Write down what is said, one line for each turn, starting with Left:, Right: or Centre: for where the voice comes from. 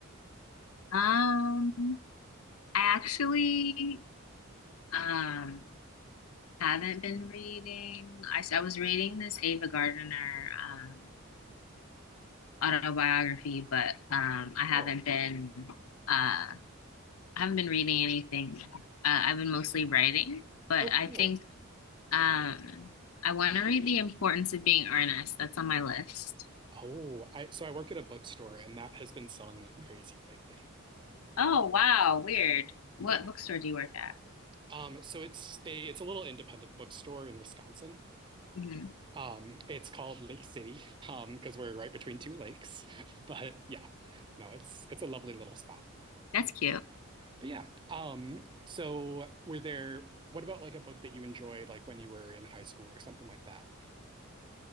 Left: Um, I actually um haven't been reading. I, s- I was reading this Ava Gardner um autobiography, but um
Right: Oh,
Left: I
Right: cool.
Left: haven't been uh I haven't been reading anything. Uh, I've been mostly writing, but
Right: Oh, cool.
Left: I think um I want to read The Importance of Being Earnest. That's on my list.
Right: Oh, I so I work at a bookstore and that has been selling like crazy lately.
Left: Oh, wow, weird. What
Right: Yeah,
Left: bookstore do you work at?
Right: Um, so it's a it's a little independent bookstore in Wisconsin.
Left: hmm
Right: Um, it's called Lake City um, because um, we're right between two lakes. <laughs> But yeah, no, it's it's a lovely little spot.
Left: That's cute.
Right: But yeah, um, so were there? What about like a book that you enjoyed, like when you were in high school or something like that?